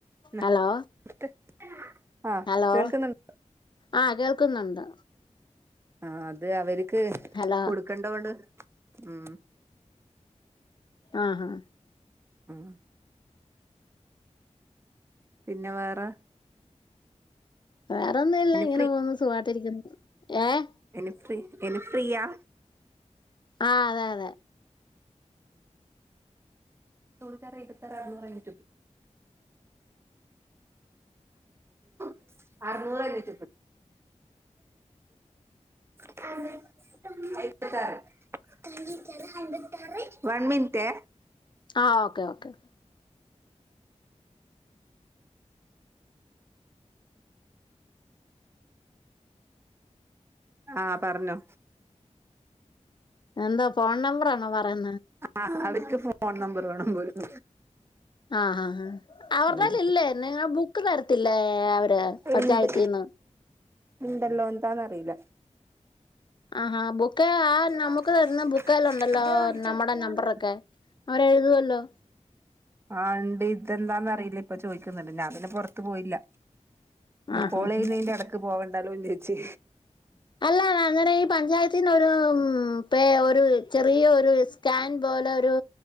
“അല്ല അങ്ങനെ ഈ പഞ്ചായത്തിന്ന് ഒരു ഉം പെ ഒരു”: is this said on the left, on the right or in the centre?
Left